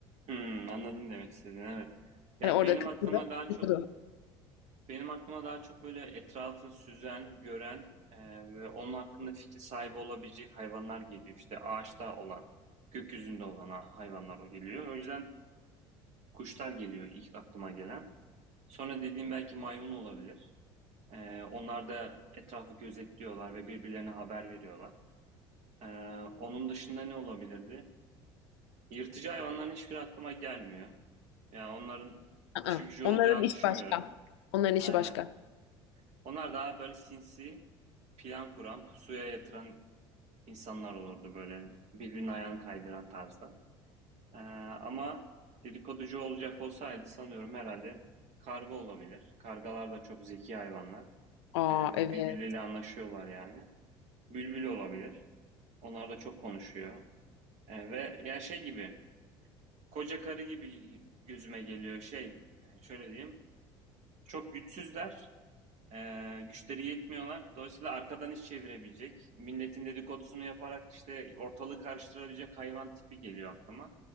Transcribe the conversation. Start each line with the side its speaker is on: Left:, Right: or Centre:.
Right: Hı. Anladım demek istediğini. Evet. Ya
Left: Hani orada
Right: benim
Left: kız
Right: aklıma
Left: kızı
Right: daha çok
Left: dedikodu.
Right: benim aklıma daha çok böyle etrafı süzen, gören e, ve onun hakkında fikir sahibi olabilecek hayvanlar geliyor. İşte ağaçta olan, gökyüzünde olan ha- hayvanlar o geliyor. O yüzden kuşlar geliyor ilk aklıma gelen. Sonra dediğim belki maymun olabilir. Ee, onlar da etrafı gözetliyorlar ve birbirlerine haber veriyorlar. Ee, onun dışında ne olabilirdi? Yırtıcı hayvanların hiçbiri aklıma gelmiyor. Yani onların
Left: Aa,
Right: işi gücü olacağını
Left: onların iş
Right: düşünmüyorum.
Left: başka. Onların
Right: Aynen.
Left: işi başka.
Right: Onlar daha böyle sinsi, plan kuran, pusuya yatıran insanlar olurdu böyle. Birbirinin ayağını kaydıran tarzda. Ee, ama dedikoducu olacak olsaydı sanıyorum herhalde karga olabilir. Kargalar da çok zeki hayvanlar.
Left: Aa
Right: Ee, ve
Left: evet.
Right: birbirleriyle anlaşıyorlar yani. Bülbül olabilir. Onlar da çok konuşuyor. E, ve ya şey gibi, koca karı gibi gözüme geliyor şey, e, şöyle diyeyim. Çok güçsüzler, e, güçleri yetmiyorlar. Dolayısıyla arkadan iş çevirebilecek, milletin dedikodusunu yaparak işte ortalığı karıştırabilecek hayvan tipi geliyor aklıma.